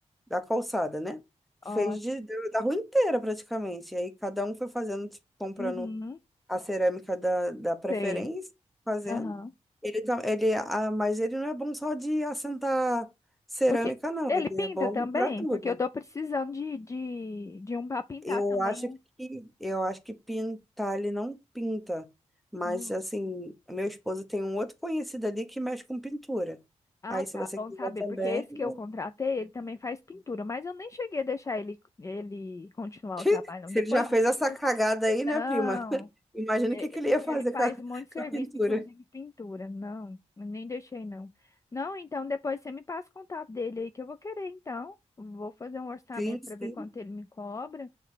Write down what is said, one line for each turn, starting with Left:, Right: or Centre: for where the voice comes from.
Centre: da calçada, né? Fez
Left: ótimo.
Centre: de, da da rua inteira, praticamente. E aí cada um foi fazendo, tipo, comprando
Left: Uhum,
Centre: a cerâmica da, da preferência,
Left: sei.
Centre: fazendo.
Left: Aham.
Centre: Ele, tam- ele, ah, mas ele não é bom só de assentar cerâmica,
Left: Ok.
Centre: não.
Left: Ele
Centre: Ele
Left: pinta
Centre: é bom
Left: também?
Centre: para tudo.
Left: Porque eu tô precisando de, de, de um pra pintar
Centre: Eu
Left: também.
Centre: acho
Left: Um...
Centre: que eu acho que pintar ele não pinta, mas
Left: Não.
Centre: assim, meu esposo tem um outro conhecido ali que mexe com pintura.
Left: Ah,
Centre: Aí
Left: tá.
Centre: se você
Left: Bom
Centre: quiser
Left: saber.
Centre: também,
Left: Porque esse
Centre: eu-
Left: que eu contratei, ele também faz pintura. Mas eu nem cheguei a deixar ele, ele continuar
Centre: <laughs>
Left: o trabalho,
Centre: se
Left: não. Depois
Centre: ele já fez
Left: desse
Centre: essa
Left: aqui.
Centre: cagada aí, né,
Left: Não.
Centre: prima? <laughs> Imagina
Left: É,
Centre: o que que ele
Left: Porque
Centre: ia fazer
Left: ele faz
Centre: com a, <laughs> com
Left: um monte de serviço,
Centre: a pintura.
Left: inclusive pintura. Não, eu nem deixei não. Não, então depois você me passa o contato dele aí que eu vou querer, então. Vou fazer um orçamento
Centre: Sim, sim.
Left: para ver quanto ele me cobra,